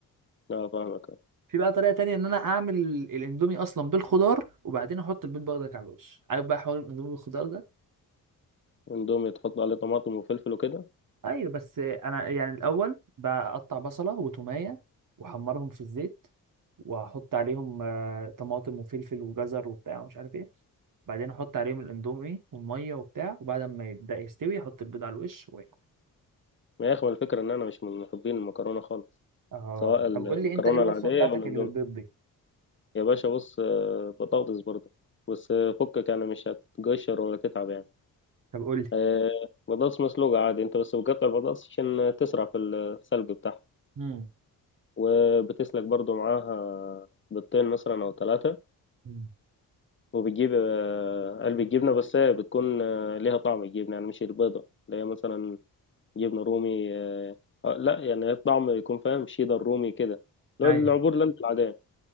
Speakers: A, on the left (about 30°); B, on the right (about 55°).
A: اه فاهمك أه.
B: في بقى طريقة تانية إن أنا أعمل الأندومي أصلا بالخضار وبعدين أحط البيض برضك على الوش عارف بقى حوار الأندومي بالخضار ده
A: اندومي تحط عليه طماطم وفلفل وكده
B: ايوه بس انا يعني الاول بقطع بصله وتوميه واحمرهم في الزيت واحط عليهم آه، طماطم وفلفل وجزر وبتاع ومش عارف ايه بعدين احط عليهم الاندومي والميه وبتاع وبعد ما يبدا يستوي احط البيض على الوش واكل
A: يا اخي ما يخمل الفكرة ان انا مش من محبين المكرونة خالص
B: اه
A: سواء المكرونة
B: طب قول لي انت ايه الوصفه
A: العادية
B: بتاعتك
A: او الاندومي
B: اللي بالبيض دي
A: يا باشا بص آه، بطاطس برضه بس آه، فكك يعني مش هتقشر ولا تتعب يعني
B: طب قول لي
A: آه، بطاطس مسلوقة عادي انت بس بتقطع البطاطس عشان تسرع في السلق بتاعها
B: امم
A: وبتسلق برضه معاها بيضتين مثلا او ثلاثة
B: مم.
A: وبتجيب آه، قلب الجبنة بس هي بتكون آه، ليها طعم الجبنة يعني مش البيضة اللي هي مثلا جبنة رومي آه، آه، لا يعني الطعم يكون فاهم شيدر رومي كده لو
B: ايوه
A: العبور اللي انت العادية